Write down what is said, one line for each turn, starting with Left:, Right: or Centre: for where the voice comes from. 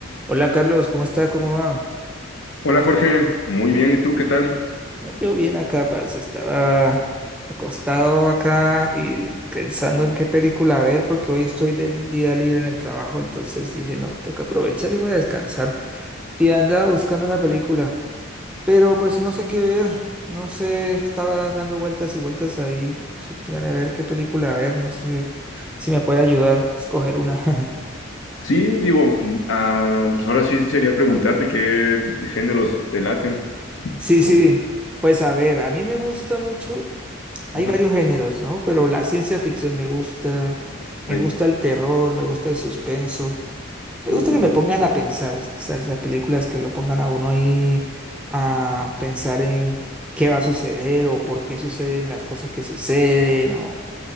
Centre: Hola Carlos, ¿cómo está? ¿Cómo va?
Left: Hola Jorge, muy bien, ¿y tú qué tal?
Centre: No, Yo bien acá, parce, estaba acostado acá y pensando en qué película ver porque hoy estoy del día libre en el trabajo, entonces dije, no, toca aprovechar y voy a descansar. Y andaba buscando una película, pero pues no sé qué ver, no sé, estaba dando vueltas y vueltas ahí su- para ver qué película ver, no sé si me puede ayudar a escoger una. <laughs>
Left: Sí, digo, mm, ah, pues ahora sí sería preguntarte qué géneros te laten.
Centre: Sí, sí,
Left: Por-
Centre: pues a ver, a mí me gusta mucho. Hay
Left: Ajá.
Centre: varios géneros, ¿no? Pero la ciencia ficción me gusta, me
Left: Ay,
Centre: gusta el terror, me gusta el suspenso, me gusta
Left: uh, súper.
Centre: que me pongan a pensar, o sea, las películas que lo pongan a uno ahí a pensar en qué va a suceder o por qué suceden las cosas que suceden o